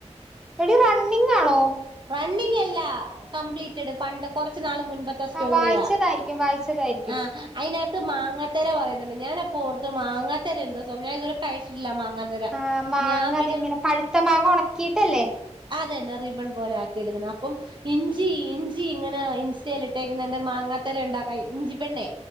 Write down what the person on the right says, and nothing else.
റണ്ണിങ്ങല്ല കംപ്ലീറ്റഡ് പണ്ട് കൊറച്ച് നാള് മുൻപത്തെ സ്റ്റോറിയാ
ആ അയ്ന ത്ത് മാങ്ങാത്തര പറയുന്നുണ്ട് ഞാനപ്പോ ഓർത്ത് മാങ്ങാത്തര എന്തോ സ ഞാൻ ഇതുവരെ കഴിച്ചിട്ടില്ല മാങ്ങാത്തര
ഞാൻ പിന്നെ
അതെന്നെ റിബൺ പോലെ ആ ക്കി എട്ക്കണം അപ്പം ഇഞ്ചി ഇഞ് ഞ്ചി ങ്ങനെ ഇൻസ്റ്റയിൽ ഇട്ടേക്കുന്നെണ്ട് മാങ്ങാത്തര ണ്ടാക്കായി ഇഞ്ചിപ്പെണ്ണെ